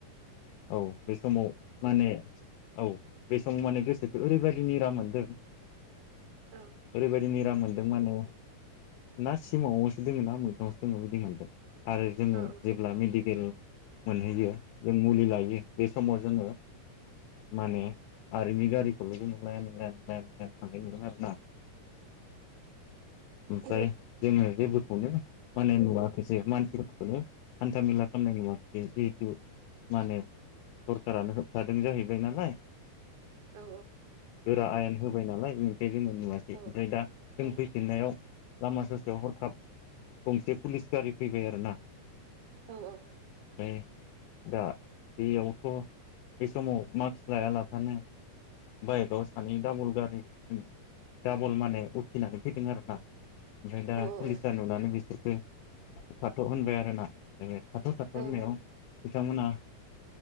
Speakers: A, on the left; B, on the right.
A: औ बे समाव माने औ बे समाव माने गोसोखौ ओरै बायदि निरा मोनदों
B: ओं
A: ओरै बायदि निराम मोन दों माने ना सिमांवसो दोङो ना मोगथावसो दोङो बिदि मोनदों आरो जोङो
B: औ
A: जेब्ला मेडिकेल मोनहैयो जों मुलि लायो बे समाव जोङो माने आरमि गारिखौल' जोङो लाइन लाइन‌ लाइन‌ लाइन थांनाय नुदों आरो ना ओमफ्राय
B: औ
A: जोङो जेबोखौनो माने नुवाखैसै मानसिफोरखौनो हान्था मेला खालामनाय नुवाखैसै जिहेथु माने सरखारानो होबथादों जाहैबाय नालाय
B: औ
A: दा आयेन होबाय नालाय <unintelligible> जोङो नुवासै ओमफ्राय
B: औ
A: दा जों
B: औ
A: फैफिननायाव लामा ससेयाव हरखाब गंसे पुलिस गारि फैबाय आरोना
B: औ औ
A: ओमफ्राय दा बेयावथ' बे समाव मास्क लाया लाफानो बाइकआव सानै डाबल गारि डाबल माने उथिनानै फैदों आरोना ओमफ्राय दा
B: औ ओं
A: पुलिसा नुनानै बिसोर थाथ' होनबाय आरोना बे थाथ' थाथ' होननायाव
B: औ
A: बिथांमोना